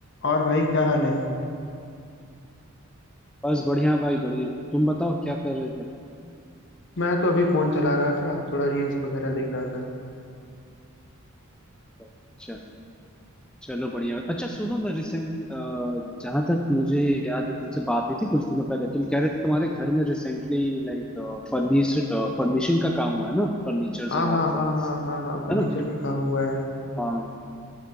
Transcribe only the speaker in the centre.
बस बढ़िया भाई बढ़िया तुम बताओ क्या कर रहे थे
अच्छा चलो बढ़िया अच्छा सुनो ना रिसेंट जहां तक मुझे याद है तुमसे बात हुई थी कुछ दिनों पहले तुम कह रहे थे तुम्हारे घर में रिसेंटली लाइक फर्निश फर्निशिंग का काम हुआ है ना फर्नीचर्स
एंड
ऑल का
है ना
हाँ